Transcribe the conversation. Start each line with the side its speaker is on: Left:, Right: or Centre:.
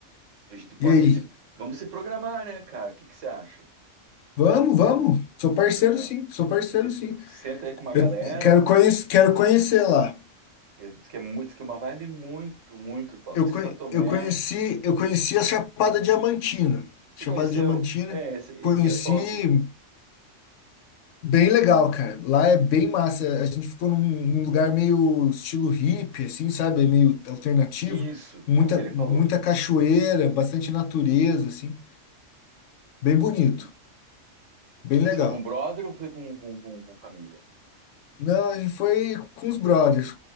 Right: a gente pode
Left: E aí?
Right: se, vamos se programar, né, cara, o que que você acha?
Left: Vamos, vamos. Sou parceiro,
Right: Entendeu?
Left: sim. Sou parceiro,
Right: Eu tive-
Left: sim.
Right: Senta aí com uma
Left: Eu
Right: galera,
Left: quero conhecer, quero conhecer lá.
Right: ele diz que é muito, diz que é uma vibe muito, muito top.
Left: Eu,
Right: Diz
Left: conhe-
Right: que Santo Tomé,
Left: eu conheci, eu conheci a Chapada Diamantina.
Right: se
Left: Chapada
Right: conheceu?
Left: Diamantina.
Right: É, esse- e,
Left: Conheci
Right: e é top.
Left: Bem legal, cara. Lá é bem massa. A gente ficou num, num lugar meio estilo hippie, assim, sabe? Meio alternativo.
Right: Isso,
Left: Muita,
Right: é o que ele falou.
Left: muita cachoeira, bastante natureza, assim. Bem bonito,
Right: Uhum.
Left: bem
Right: Mas
Left: legal.
Right: foi com brother ou foi com, com, com, com família?
Left: Não, a gente foi com os brothers,